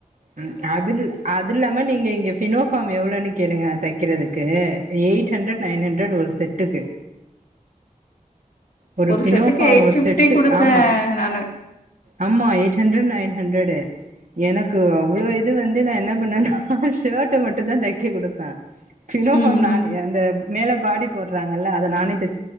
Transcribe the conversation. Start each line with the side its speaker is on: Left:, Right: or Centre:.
Right: ம் அதில்ல அது இல்லாம நீங்க இங்க ஃபினோ ஃபாம் எவ்ளோனு கேளுங்க தைக்கிறதுக்கு எய்ட் ஹண்ட்ரட் நைன் ஹண்ட்ரட் ஒரு செட்டுக்கு ஒரு ஃபினோ
Left: செட்டுக்கு
Right: ஃபாம்
Left: எயிட்
Right: ஒரு
Left: ஃபிஃப்டி
Right: செட்டு
Left: குடுத்தே
Right: ஆமா
Left: நானு
Right: ஆமா எயிட் ஹண்டரட் நைன் ஹண்ட்ரடு எனக்கு அவ்ளோ இது வந்து நா என்ன பண்ணனா ஷேட்ட மட்டுந்தா தைக்ககுடுப்பே ஃபினோ
Left: ம்
Right: ஃபாம் நானு
Left: ம்
Right: அந்த மேல பாடி போறாங்க இல்ல அத நானே தெச்